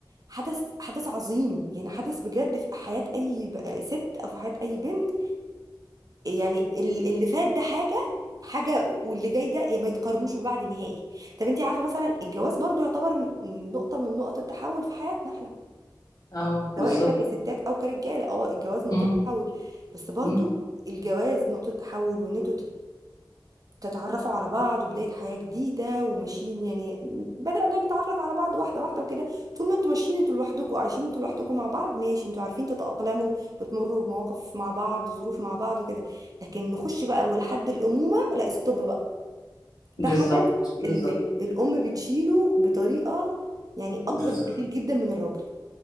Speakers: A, on the right; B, on the left.
A: حدث حدث عظيم يعني حدث بجد في حياة اي ب- ست او في حياة اي بنت يعني ال- اللي فات ده حاجة حاجة واللي جاي ده يا ما يتقارنوش ببعض نهائي طب انت عارفة مثلا الجواز برضو يعتبر م- نقطة من نقط التحول في حياتنا احنا
B: أه
A: سواء
B: بالظبط
A: احنا كستات او كرجالة اه الجواز نقطة
B: مم.
A: تحول بس برضو
B: مم.
A: الجواز نقطة تحول وان انتوا تتعرفوا على بعض وبداية حياة جديدة وماشيين يعني بدأنا نتعرف على بعض واحدة واحدة وكده طول ما انتوا ماشيين انتوا لوحدكم عايشين انتوا لوحدكم مع بعض ماشي انتوا عارفين تتأقلموا بتمروا بمواقف مع بعض ظروف مع بعض وكده لكن نخش بقى ولحد الأمومة لا استوب بقى ده
B: بالظبط
A: حدث
B: بالظبط
A: ال ال الأم بتشيله بطريقة يعني أكبر
B: بالظبط
A: بكتير جدا من الراجل